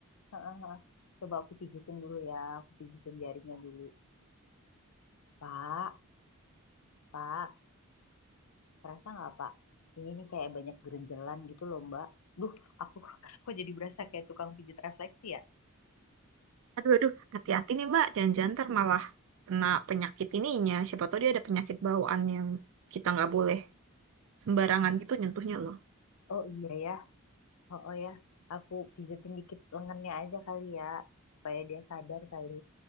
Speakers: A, on the left; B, on the right.
A: Heeh, heeh. Coba aku pijitin dulu ya, aku pijitin jarinya dulu. Pak, Pak. Kerasa nggak Pak? Ini nih kayak banyak gerenjelan gitu loh Mbak. Duh, aku <laughs> kok jadi berasa kayak tukang pijat refleksi ya?
B: Aduh, aduh, hati-hati nih, Mbak. Jangan-jangan ntar malah kena penyakit ininya. Siapa tahu dia ada penyakit bawaan yang kita nggak boleh sembarangan gitu nyentuhnya loh.
A: Oh iya ya, oh, oh ya. Aku pijatin dikit lengannya aja kali ya, supaya dia sadar kali.